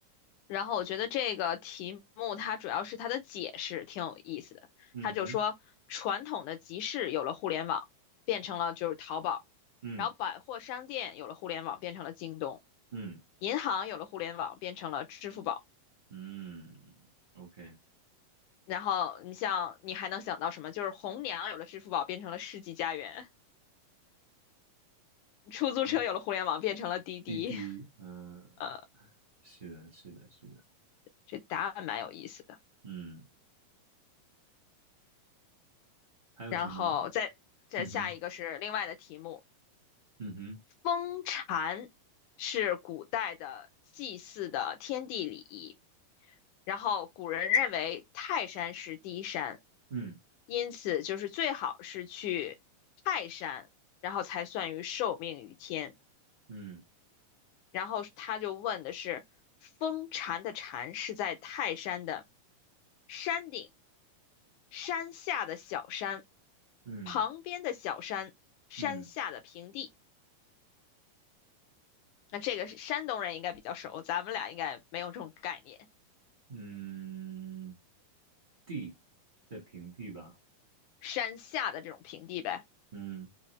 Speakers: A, on the left; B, on the right.
A: 然后我觉得这个题目它主要是它的解释挺有意思的。
B: 嗯哼，
A: 它就说，传统的集市有了互联网，变成了就是淘宝；
B: 嗯
A: 然后百货商店有了互联网，变成了京东；
B: 嗯
A: 银行有了互联网，变成了支付宝。
B: 嗯，OK，
A: 然后你像你还能想到什么？就是红娘有了支付宝，变成了世纪佳缘；出租车有了互联网，
B: 嗯，
A: 变成了滴滴。
B: 滴滴，嗯、
A: <laughs> 呃。
B: 是的，是的，是的，
A: 这答案蛮有意思的。
B: 嗯，还有什么？
A: 然后再再下一个是另外的题目，
B: 嗯哼，嗯哼，
A: 封禅是古代的祭祀的天地礼仪，然后古人认为泰山是第一山，
B: 嗯
A: 因此就是最好是去泰山，然后才算于受命于天。
B: 嗯
A: 然后他就问的是，封禅的禅是在泰山的山顶山下的小山，
B: 嗯
A: 旁边的小山，山下的平地。
B: 嗯
A: 那这个是山东人应该比较熟，咱们俩应该没有这种概念。
B: 嗯，地在平地吧？
A: 山下的这种平地呗，
B: 嗯，